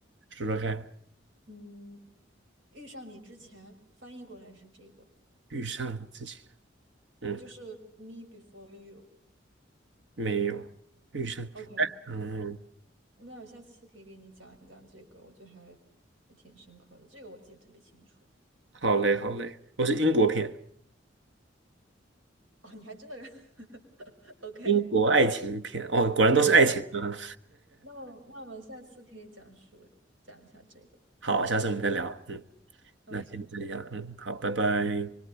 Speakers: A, on the right (about 70°); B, on the right (about 85°).
A: 说说看。
B: 嗯，遇上你之前翻译过来是这个，
A: 遇上了之前，嗯，
B: 就是 Me Before You。
A: 没有遇上，
B: OK，
A: 嗯，
B: 那我下次可以给你讲一讲这个，我觉得还挺深刻的，这个我记得特别清楚。
A: 好嘞，好嘞，我是英国片，
B: 哦，你还真的 <laughs> OK。
A: 英国爱情片，哦，果然都是爱情啊，
B: 那那我那我们下次可以讲述讲一下这个。
A: <laughs> 好，下次我们再聊，嗯，
B: OK。
A: 那先这样，嗯，好，拜拜。